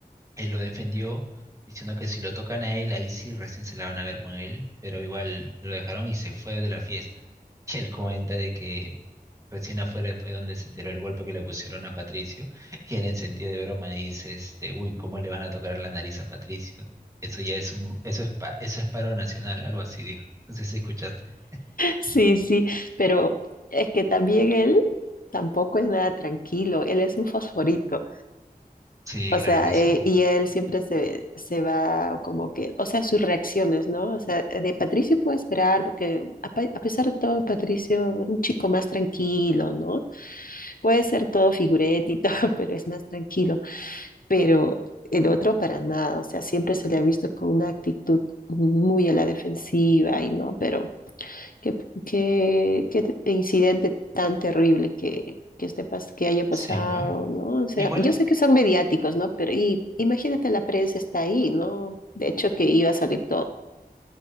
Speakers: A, on the right; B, on the left.
A: él lo defendió diciendo que si lo tocan a él, ahí sí recién se la van a ver con él, pero igual lo dejaron y se fue de la fiesta. Y él comenta de que recién afuera fue donde se enteró el golpe que le pusieron a Patricio <laughs> y él en sentido de broma dice, este, uy, ¿cómo le van a tocar la nariz a Patricio? Eso ya es un, eso es, pa- eso es paro nacional, algo así dijo. No sé si escuchaste.
B: Sí, sí, pero es que también él tampoco es nada tranquilo, él es un fosforito.
A: Sí,
B: O
A: claro
B: sea,
A: que sí.
B: eh, y él siempre se, se va como que, o sea, sus reacciones, ¿no? O sea, de Patricio puedo esperar porque a, pe- a pesar de todo, Patricio es un chico más tranquilo, ¿no? Puede ser todo figurete y todo, <laughs> pero es más tranquilo. Pero el otro para nada, o sea, siempre se le ha visto con una actitud muy a la defensiva y no, pero Qué, qué, qué t- incidente tan terrible que, que, esté pas- que haya pasado,
A: Sí, pues.
B: ¿no? O sea,
A: Igual.
B: yo sé que son mediáticos, ¿no? Pero y, imagínate, la prensa está ahí, ¿no? De hecho, que iba a salir todo.